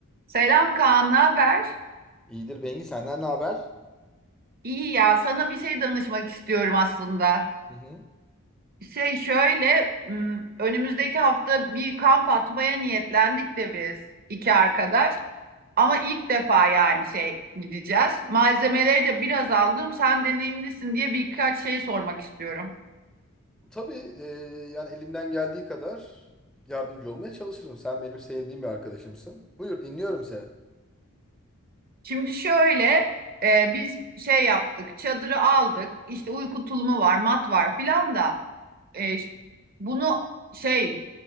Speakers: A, on the right; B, in the centre.
A: Selam Kaan, ne haber?
B: İyidir Bengi senden ne haber?
A: İyi ya, sana bir şey danışmak istiyorum aslında.
B: Hı hı.
A: Şey şöyle, m, önümüzdeki hafta bir kamp atmaya niyetlendik de biz iki arkadaş. Ama ilk defa yani şey gideceğiz. Malzemeleri de biraz aldım, sen deneyimlisin diye birkaç şey sormak istiyorum.
B: Tabii e, yani elimden geldiği kadar yardımcı olmaya çalışırım. Sen benim sevdiğim bir arkadaşımsın. Buyur dinliyorum seni.
A: Şimdi şöyle, e, biz şey yaptık, çadırı aldık, İşte uyku tulumu var, mat var filan da. e, bunu şey